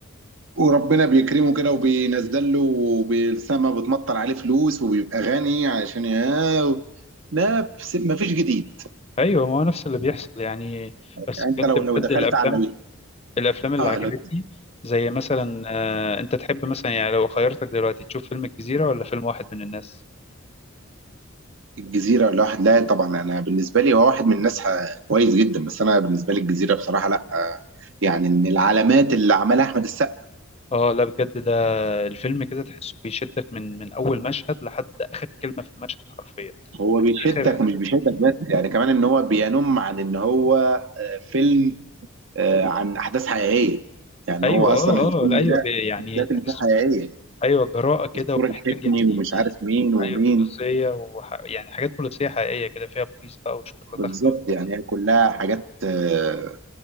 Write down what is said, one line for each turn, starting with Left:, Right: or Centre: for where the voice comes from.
Right: وربنا بيكرمه كده وبينزل له وبالسما بتمطر عليه فلوس وبيبقى غني عشان ياه نفس ما فيش جديد
Left: أيوه ما هو نفس اللي بيحصل يعني بس
Right: يعني انت
Left: بجد
Right: لو
Left: بجد
Right: لو دخلت
Left: الأفلام
Right: على ال...
Left: الأفلام اللي
Right: اه
Left: عجبتني
Right: لو
Left: زي مثلا آه، أنت تحب مثلا يعني لو خيرتك دلوقتي تشوف فيلم الجزيرة ولا فيلم واحد من الناس؟
Right: الجزيرة الواحد لا طبعا انا بالنسبة لي هو واحد من الناس ح- كويس جدا بس انا بالنسبة لي الجزيرة بصراحة لا آه، يعني من العلامات اللي عملها احمد السقا
Left: اه لا بجد ده الفيلم كده تحسه بيشدك من من اول مشهد لحد اخر كلمه في المشهد حرفيا
Right: هو بيشدك
Left: اخر
Right: ومش بيشدك بس يعني كمان ان هو بينم عن ان هو آه، فيلم آه، عن احداث حقيقيه يعني
Left: ايوه
Right: هو اصلا
Left: اه
Right: الفيلم
Left: اه لا،
Right: ده
Left: ايوه بي- يعني
Right: الحاجات اللي
Left: تحس
Right: فيه حقيقيه
Left: ايوه جراءة كده
Right: الدكتور
Left: ومحتاج
Right: الحفني
Left: يعني
Right: ومش عارف مين ومين
Left: ايوه بوليسية وح... يعني حاجات بوليسية حقيقية كده فيها بوليس بقى وشرطة
Right: بالظبط
Left: داخلة و-
Right: يعني هي كلها حاجات آه،